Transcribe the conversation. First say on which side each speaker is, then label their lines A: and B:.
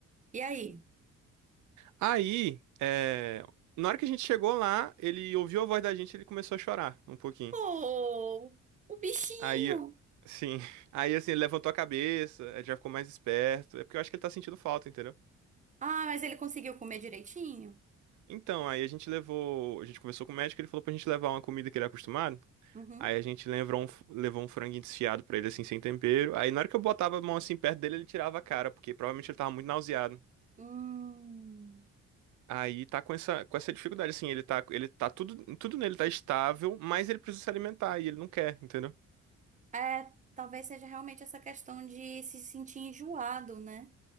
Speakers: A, on the right (about 25°); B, on the right (about 75°).
A: E aí?
B: Aí, é, na hora que a gente chegou lá, ele ouviu a voz da gente, ele começou a chorar um pouquinho.
A: Oh, o bichinho!
B: Aí, sim. <laughs> Aí, assim, ele levantou a cabeça, ele já ficou mais esperto. É porque eu acho que ele tá sentindo falta, entendeu?
A: Ah, mas ele conseguiu comer direitinho?
B: Então, aí a gente levou. A gente conversou com o médico, ele falou pra gente levar uma comida que ele é acostumado.
A: Uhum.
B: Aí a gente levou um, levou um franguinho desfiado pra ele, assim, sem tempero. Aí, na hora que eu botava a mão assim perto dele, ele tirava a cara, porque provavelmente ele tava muito nauseado.
A: Hum.
B: Aí tá com essa, com essa dificuldade, assim, ele tá, ele tá tudo, tudo nele tá estável, mas ele precisa se alimentar e ele não quer, entendeu?
A: É, talvez seja realmente essa questão de se sentir enjoado, né?